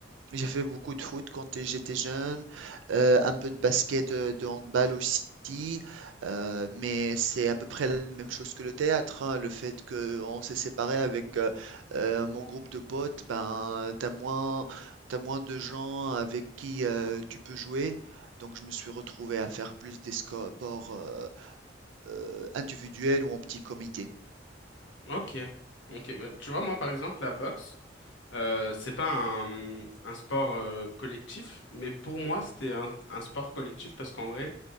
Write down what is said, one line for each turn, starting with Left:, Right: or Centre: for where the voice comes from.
Right: J'ai fait beaucoup de foot quand j'étais jeune, heu, un peu de basket, heu, de handball aussi, heu, mais c'est à peu près la même chose que le théâtre, hein. Le fait qu'on s'est séparés avec, heu heu, mon groupe de potes, ben, t'as moins t'as moins de gens avec qui, heu, tu peux jouer. Donc je me suis retrouvé à faire plus des sco ports, heu heu, individuels ou en petit comité.
Left: Ok, ok. Bah, tu vois, moi par exemple, la boxe, euh, c'est pas un, un sport euh, collectif, mais pour moi, c'était un, un sport collectif parce qu'en vrai,